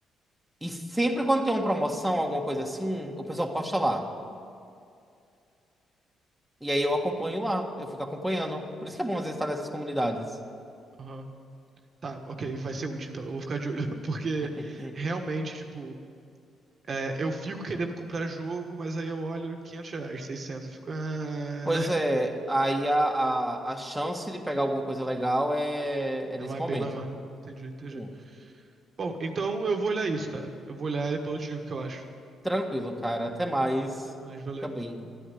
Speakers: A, in the centre; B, on the right (about 45°).
A: E sempre quando tem uma promoção, alguma coisa assim, o pessoal posta lá. E aí eu acompanho lá, eu fico acompanhando. Por isso que é bom às vezes estar nessas comunidades.
B: Aham. Tá, ok, vai ser útil então, eu vou ficar de olho. <laughs> Porque
A: <laughs>
B: realmente, tipo, é, eu fico querendo comprar jogo, mas aí eu olho 500 reais, 600, eu fico. "Ah,
A: Pois
B: <laughs>
A: é, aí a, a, a chance de pegar alguma coisa legal é, é
B: é
A: nesse
B: mais,
A: momento.
B: bem maior, né? Entendi, entendi.
A: Sim,
B: Bom, então eu vou olhar isso, cara. Eu vou olhar e depois eu te digo o que eu acho.
A: tranquilo, cara. Até mais.
B: Até mais, valeu.
A: Também.